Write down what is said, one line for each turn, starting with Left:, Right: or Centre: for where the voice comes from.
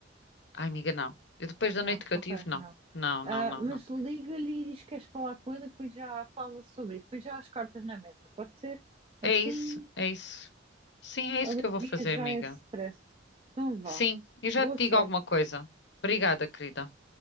Left: Ai, amiga, não. E depois
Right: Não,
Left: da noite que
Right: ok,
Left: eu tive, não.
Right: não.
Left: Não,
Right: Ah,
Left: não, não,
Right: mas
Left: não.
Right: liga-lhe e diz que queres falar com ele e depois já fala sobre isso, depois já há as cartas na mesa, pode ser? Assim?
Left: É isso, é isso. Sim, é
Right: Alivia
Left: isso que eu vou fazer,
Right: já
Left: amiga.
Right: esse stress. Então vá.
Left: Sim, eu já
Right: Boa
Left: te
Right: sorte.
Left: digo alguma coisa. Obrigada, querida.